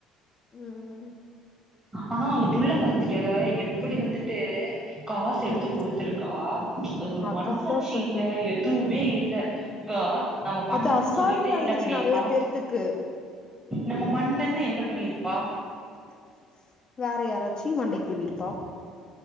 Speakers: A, on the left; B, on the right.
A: ம் ம்
B: ஆனா அந்த புள்ள பாத்தியா எப்புடி வந்துட்டு காசு எடுத்து
A: ம்
B: குடுத்துருக்கா ச் அது ஒரு
A: அதுதா
B: மனசாட்சி
A: பாரு
B: இல்ல எதுவு மே இல்ல பா நம்ம பண்ணலன்னு
A: அது அசால்ட்
B: சொல்லிருந்தா
A: ஆயிருச்சு
B: என்ன பண்ணிருப்பா
A: நெறைய பேர்த்துக்கு
B: நம்ம பண்ணலன்னா என்ன பண்ணிருப் ப்பா
A: ம் வேற யாராச்சு மண்டைக்கிழிவிருப்பா